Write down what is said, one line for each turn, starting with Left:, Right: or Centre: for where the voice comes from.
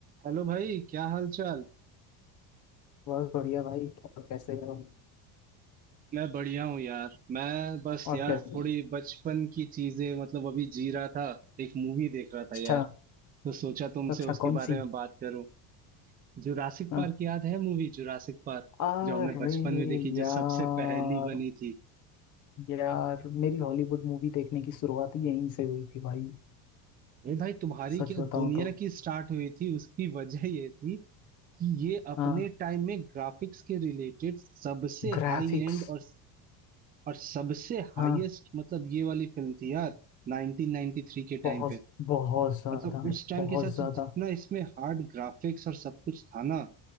Right: हेलो भाई क्या हाल चाल
Left: बहुत बढ़िया भाई और कैसे हो
Right: मैं बढ़िया हूँ यार मैं बस
Left: और
Right: यार
Left: कैसे
Right: थोड़ी बचपन की चीजें मतलब अभी जी रहा था एक मूवी देख रहा था
Left: अच्छा
Right: यार तो सोचा तुमसे
Left: अच्छा
Right: उसके
Left: कौन
Right: बारे
Left: सी
Right: में बात करूं जुरासिक
Left: हाँ
Right: पार्क याद है मूवी जुरासिक पार्क
Left: अरे
Right: जो हमने बचपन में देखी जो
Left: यार
Right: सबसे पहली बनी थी
Left: यार मेरी हॉलीवुड मूवी देखने की शुरुआत ही यहीं से हुई थी भाई
Right: अरे भाई तुम्हारी
Left: सच
Right: क्या
Left: बताऊं
Right: दुनिया
Left: तो
Right: की स्टार्ट हुई थी उसकी वजह ये थी कि ये अपने
Left: हाँ
Right: टाइम में ग्राफिक्स के रिलेटेड सबसे
Left: ग्राफिक्स
Right: हाई एंड और और सबसे हाईएस्ट
Left: हाँ
Right: मतलब ये वाली फिल्म थी यार 1993 के
Left: बहुत
Right: टाइम पे
Left: बहुत ज्यादा
Right: मतलब उस टाइम
Left: बहुत
Right: के हिसाब से
Left: ज्यादा
Right: जितना इसमें हार्ड ग्राफिक्स और सब कुछ था ना